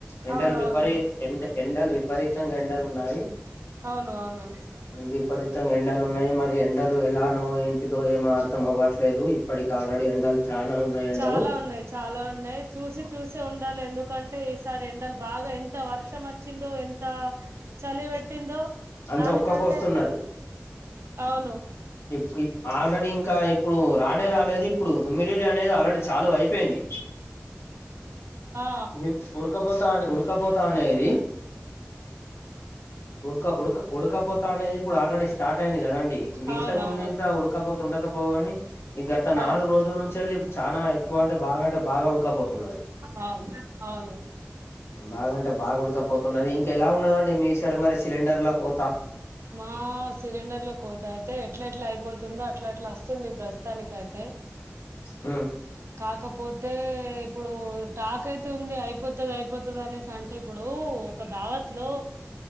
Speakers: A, on the left; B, on the right.
A: ఎండలు
B: అవునవును
A: విపరీత్ ఎ ఎండల్ విపరీత్ త్తంగా ఎండలు ఉన్నాయి
B: అవును అవును
A: విపరీతంగా ఎండలు ఉన్నాయి మరి ఎండలు ఎలానో ఏంటిదో ఎమో అ తం అవ్వట్లేదు ఇప్పటికి ఆల్రెడీ ఎండల్ చానా ఉన్నాయి ఎండలు
B: చాలా ఉన్నాయి చాలా ఉన్నాయి చూసి చూసి ఉ ాల ఎందుకంటే టే ఈసారి ఎండలు బాగా ఎంత వర్షం వచ్చిందో ఎంతా చలి వెెట్టిందో
A: అంతా
B: దానికంటె
A: ఉక్కపోస్తున్నది
B: అవును
A: ఇప్ ఇప్ ఆల్రెడీ ఇంకా ఇప్పుడు రానే రాలేదు ఇప్పుడు హ్యూమిడిటీ అనేది ఆల్రెడీ చాలు హై పెన్ని <unintelligible>
B: ఆ
A: ఉక్కపోత అనే ఉడకపోత అనే ది ఉడక ఉడక ఉడకపోతా అనేది ఇప్పుడు ఆల్రెడీ స్టార్ట్ అయింది కదండి ఇవి
B: అవునవును
A: ఇంతకు ముందు ఇంత వుడకపోత ఉండకపోవు గాని గత
B: కరెక్ట్
A: నాలుగు రోజుల నుంచి అది చాలా ఎక్కువ అంటే బాగా అంటే బాగా ఉడకపోతున్నది
B: అవు అవును
A: బాగంటె బాగా ఉడకపోతున్నది ఇంక ఎలా ఉన్నదండి మీ సైడు మరి సిలిండర్ ల కోత
B: మా సిలిండర్ లో కోత అయితే ఎట్ల ఎట్లా అయిపోతుందో అట్ల ఎట్లా వస్తు వచ్చింది ప్రస్తుతానిక అయితె
A: ఉ
B: కాకపోతే ఇప్పుడు టాక్ తుంది అయిపోతది అయిపోత తుద అంటే ఇప్పుడు ఒక దావత్ లో